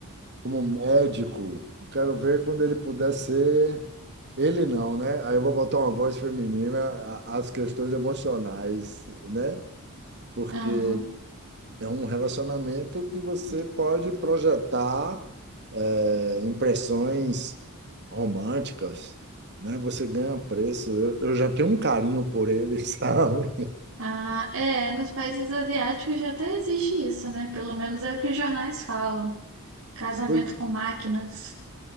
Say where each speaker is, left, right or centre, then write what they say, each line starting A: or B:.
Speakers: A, on the right (about 50°); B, on the right (about 70°).
A: como um médico. Eu quero ver quando ele puder ser. Ele não, né? Aí eu vou botar uma voz feminina a- às questões emocionais, né? Porque
B: Aham.
A: É um relacionamento que você pode projetar eh, impressões românticas, né? Você ganha um preço. Eu, eu já tenho um carinho por ele, <laughs> sabe?
B: Ah, é, nos países asiáticos já até existe isso, né? Pelo menos é o que os jornais falam. Casamento
A: Pois
B: com máquinas.